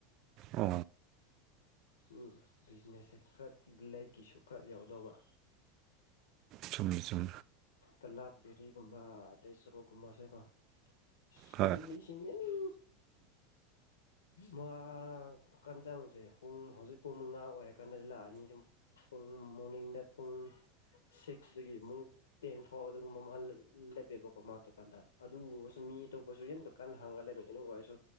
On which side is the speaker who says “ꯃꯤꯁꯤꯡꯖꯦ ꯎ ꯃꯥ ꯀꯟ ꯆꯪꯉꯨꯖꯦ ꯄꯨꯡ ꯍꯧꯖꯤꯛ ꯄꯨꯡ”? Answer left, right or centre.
Left